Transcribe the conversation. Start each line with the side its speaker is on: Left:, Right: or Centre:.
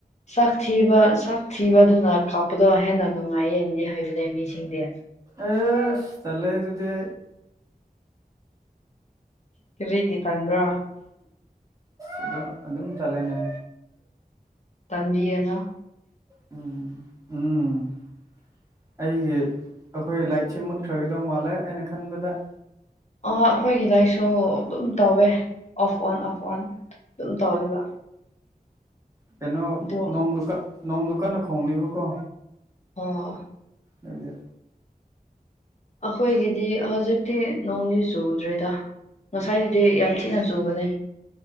Left: ꯁꯛ ꯊꯤꯕ ꯁꯛ ꯊꯤꯕꯗꯨꯅ ꯀꯥꯞꯄꯗꯣ ꯍꯦꯟꯅ ꯅꯨꯡꯉꯥꯏꯌꯦꯅꯗꯤ ꯍꯥꯏꯕꯅꯦ ꯃꯤꯁꯤꯡꯗꯤ
Right: ꯑꯦꯁ! ꯇꯜꯂꯦ ꯑꯗꯨꯗꯤ
Left: ꯀꯔꯤꯒꯤ ꯇꯟꯕ꯭ꯔꯣ?
Right: ꯑꯁ ꯑꯗꯨꯝ ꯑꯗꯨꯝ ꯇꯜꯂꯦꯅꯦ
Left: ꯇꯟꯕꯤꯒꯅꯨ
Right: ꯎꯝ ꯎꯝ ꯑꯩꯒꯤ ꯑꯩꯈꯣꯏ ꯂꯥꯏꯠꯁꯦ ꯃꯨꯠꯈ꯭ꯔꯒꯗꯧ ꯃꯥꯜꯂꯦ ꯑꯩꯅ ꯈꯟꯕꯗ꯫
Left: ꯑ ꯑꯩꯈꯣꯏꯒꯤ ꯂꯥꯏꯔꯤꯛꯁꯨ ꯑꯗꯨꯝ ꯇꯧꯋꯦ ꯑꯣꯐ ꯑꯣꯟ ꯑꯣꯐ ꯑꯣꯟ ꯑꯗꯨꯝ ꯇꯧꯋꯦꯕ
Right: ꯀꯩꯅꯣ
Left: ꯑꯗꯣ
Right: ꯅꯣꯡꯗꯨ ꯀꯠ ꯅꯣꯡꯗꯨ ꯀꯟꯅ ꯈꯣꯡꯂꯤꯕꯀꯣ
Left: ꯑꯣ
Right: ꯅꯣꯏꯗꯤ
Left: ꯑꯩꯈꯣꯏꯒꯤꯗꯤ ꯍꯧꯖꯤꯛꯇꯤ ꯅꯣꯡꯗꯤ ꯆꯨꯗ꯭ꯔꯦꯗ ꯉꯁꯥꯏꯗꯨꯗꯤ ꯌꯥꯝ ꯊꯤꯅ ꯆꯨꯕꯅꯦ